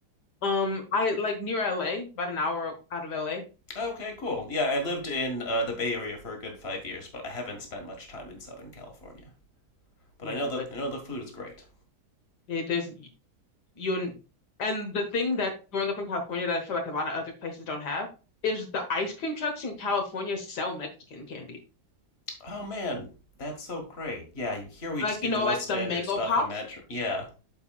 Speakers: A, on the left; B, on the left.
A: um I like near LA, about an hour out of LA.
B: Okay, cool. Yeah, I lived in uh, the Bay Area for a good five years, but I haven't spent much time in Southern California. But
A: Yeah,
B: I know that
A: but
B: I know the food is great.
A: yeah, there's you and and the thing that growing up in California that I feel like a lot of other places don't have is the ice cream trucks in California sell Mexican candy.
B: Oh man, that's so great. Yeah, you- here we just
A: Like
B: get
A: you know,
B: the most
A: like
B: standard
A: the mango
B: stuff.
A: pops.
B: Imagine. Yeah,